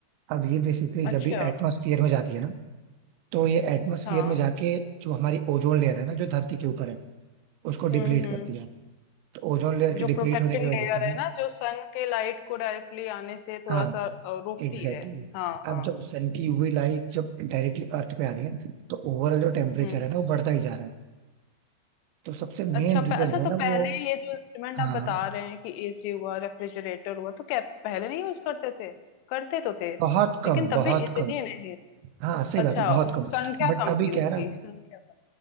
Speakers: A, on the right (about 80°); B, on the left (about 85°).
A: अब ये बेसिकली जब
B: अच्छा
A: भी एटमोसफियर में जाती है ना तो ये एटमोसफियर
B: हाँ
A: में जाके जो हमारी ओजोन लेयर है ना जो धरती के ऊपर है उसको
B: हम्म
A: डिप्लीट
B: हम्म
A: करती है तो ओजोन लेयर के
B: जो
A: डिप्लीट
B: प्रोटेक्टिंग
A: होने की वजह
B: लेयर
A: से ना
B: है ना जो सन के लाइट को डायरेक्टली आने से थोड़ा
A: हाँ
B: सा अ, रोकती
A: एग्जैक्टली
B: है
A: exactly.
B: हाँ हाँ
A: अब जब सन की यूवी लाइट जब डायरेक्टली अर्थ पे आ रही है तो ओवरऑल जो टेम्परेचर
B: हम्म।
A: है ना वो बढ़ता ही जा रहा है तो सबसे मेन
B: अच्छा प,
A: रीजन
B: अच्छा
A: जो
B: तो
A: है ना
B: पहले
A: वो
B: ये जो इंस्ट्रूमेंट
A: हाँ
B: आप बता रहे हैं कि एसी हुआ रेफ्रिजरेटर हुआ तो क्या पहले नहीं यूज करते थे करते तो थे
A: बहुत कम
B: लेकिन तब
A: बहुत
B: भी इतने
A: कम
B: नहीं
A: हाँ सही बात
B: अच्छा
A: है बहुत कम
B: संख्या
A: बट
B: कम
A: अभी
B: थी
A: क्या
B: उसकी
A: है ना
B: संख्या कम